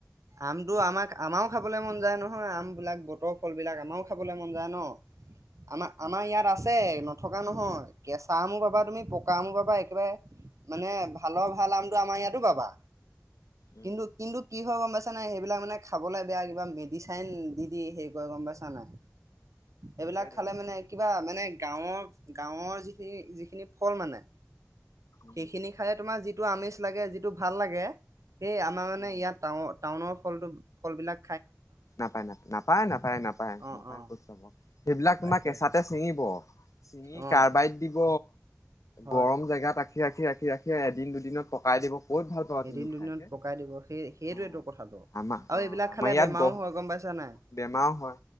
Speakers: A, on the right; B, on the left.
A: আমটো
B: উম
A: আমাৰ আমাও। খাবলৈ মন যায় নহয়, আম বিলাক বতৰ ফল বিলাক আমাৰো খাবলে মন যায় ন। আম
B: উম
A: আমাৰ ইয়াত আছে। নথকা নহয় কেঁচা আমও পাবা, তুমি পকা আমও পাবা। একেবাৰে মানে ভালৰ-ভাল। ভাল নামটো আমাৰ ইয়াতো পাবা।
B: উম
A: কিন্তু- কিন্তু কি হব? নাই সেইবিলাক মানে খাবলৈ বেয়া কিবা মেডিচাই, দি দি শেষ হৈ, গম পাইছ নাই।
B: তাকেইতো
A: এইবিলাক খালে
B: তাকেইতো
A: মানে কিবা মানে ভাল লাগে। গাঁৱৰ, গাঁৱৰ যিখিনি, যিখিনি ফল মানে
B: উম
A: সেইখিনি খালে তোমাৰ যি ভাল পাবা। যিটো আমেজ লাগে, যিটো ভাল লাগে। সেই আমাৰ মানে
B: উম
A: ইয়াত টা টাউনৰ পৰা অনা হয়। ফলটো ফল বিলাক
B: নাপায় -নাপায় - নাপায় -
A: অ
B: নাপায়
A: অ
B: খ চাব। সেইবিলাক
A: তাকে
B: তোমাৰ কেঁচাতে
A: তাকে
B: চিঙিব, চিঙি
A: অ
B: কাৰ্বাইট দিব
A: হয়
B: গৰম জেগাত ৰাখিব। ৰাখি -ৰাখি -ৰাখি -ৰাখি এদিন দুদিনত পকাই দিব। ক'ত ভাল পাবা
A: এদিন
B: তুমি
A: দুদিনত
B: খাই হে
A: পকাই দিব সেই সেইটো
B: অ
A: এইটো কথাটো
B: আমাৰ
A: আৰু
B: অ
A: এইবিলাক
B: আমাৰ
A: খালে
B: ইয়াত
A: বেমাৰো
B: গহ
A: হয়।
B: বেমাৰ
A: গম পাইছা নাই
B: হয়।